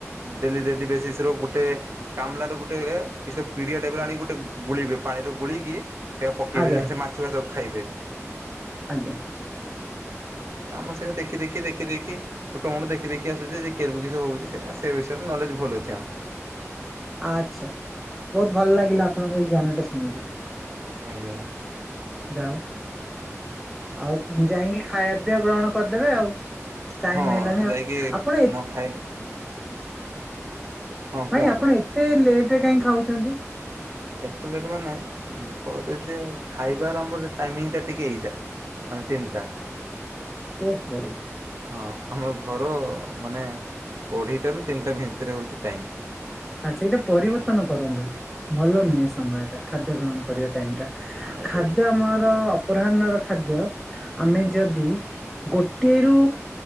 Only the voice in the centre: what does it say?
ଆଜ୍ଞା
ଆଜ୍ଞା।
ଆଛା ବୋହୁତ ଭଲ ଲାଗିଲା ଆପଣଙ୍କ ଏଇ ଜ୍ଞାନଟା ଶୁଣିକି।
ଯାଉ ଆଉ ଯାଇକି ଖାଇବାପିଆ ଗ୍ରହଣ କରିଦେବେ ଆଉ। ଟାଇମ
ହେଲାଣି
ଆପଣ ଏ
ଭାଇ ଆପଣ ଏତେ ଲେଟରେ କାହିଁ ଖାଉଛନ୍ତି।
ଓହୋ।
ଆଚ୍ଛା ଏଇଟା ପରିବର୍ତ୍ତନ କରନ୍ତୁ ଭଲ ନୁହେଁ ସମୟଟା ଖାଦ୍ୟ ଗ୍ରହଣ କରିବା ଟାଇମଟା।
ଖାଦ୍ୟ
ଆମର ଅପରାହ୍ନର ଖାଦ୍ୟ ଆମେ ଯଦି ଗୋଟିଏରୁୁ